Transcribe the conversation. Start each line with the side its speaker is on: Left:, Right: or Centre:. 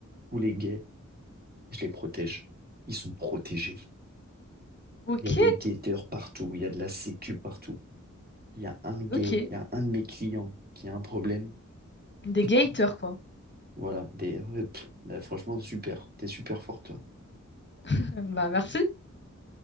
Right: tous les gays, je les protège. Ils sont protégés.
Left: Ok,
Right: Il y a des guetteurs partout, il y a de la sécu partout. Il y a un gay,
Left: ok.
Right: il y a un de mes clients qui a un problème.
Left: Des
Right: Coup
Left: gators,
Right: de coude.
Left: quoi.
Right: Voilà, des, ouais, pff, là, franchement, super. T'es super fort, toi.
Left: <laughs> Bah, merci.